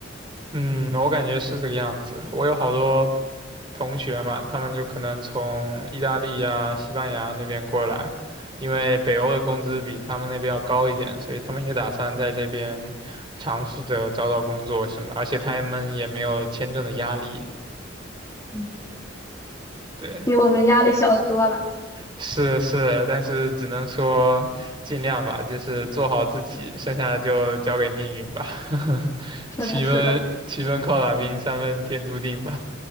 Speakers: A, on the right; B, on the left.
A: 嗯，我感觉是这个样子。我有好多同学嘛，他们就可能从意大利呀、西班牙那边过来，因为北欧的工资比他们那边要高一点，所以他们也打算在这边尝试着找找工作什么的，而且他们也没有签证的压力。
B: 嗯，
A: 对，
B: 比我们压力小的多了。
A: 是是，但是只能说尽量吧，就是做好自己，剩下的就交给命运吧。<laughs>
B: 是的，
A: 七分七分靠打拼，
B: 是的，
A: 三分天注定吧。